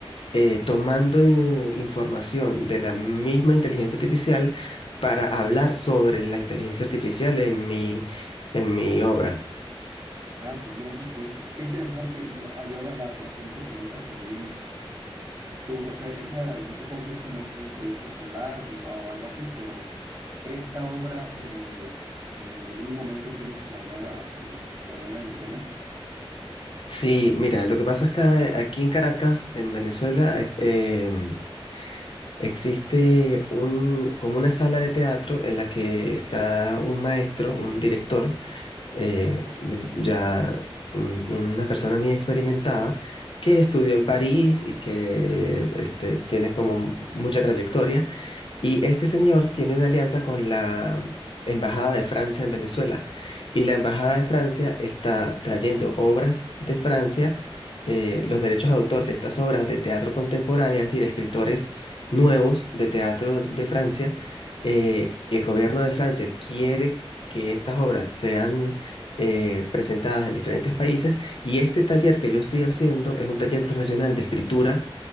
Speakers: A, on the left; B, on the right.
A: eh, tomando eh, información de la misma inteligencia artificial para hablar sobre la inteligencia artificial en mi, en
B: Ah,
A: mi obra.
B: ya. Ah, pues mira, y qué, int- qué interesante. Y, a- y ahora la, la siguiente pregunta que me viene. Tú, o sea, esa, me supongo que es como un proyecto escolar y, o algo así, pero esta obra, eh, ¿en algún momento tienes planeada eh, ponerla en escena?
A: Sí, mira, lo que pasa es que aquí en Caracas, en Venezuela, eh, em, existe un, como una sala de teatro en la que está un maestro, un director, eh, ya un- una persona muy experimentada, que estudió en París y que este, tiene como mucha trayectoria. Y este señor tiene una alianza con la Embajada de Francia en Venezuela. Y la Embajada de Francia está trayendo obras de Francia, eh, los derechos de autor de estas obras de teatro contemporáneo, es decir, escritores nuevos de teatro de Francia. Eh, y el gobierno de Francia quiere que estas obras sean eh, presentadas en diferentes países. Y este taller que yo estoy haciendo es un taller profesional de escritura